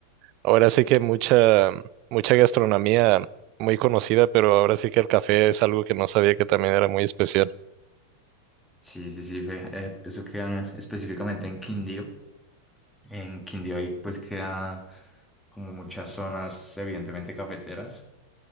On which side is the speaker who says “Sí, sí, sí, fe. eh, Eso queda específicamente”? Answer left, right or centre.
Centre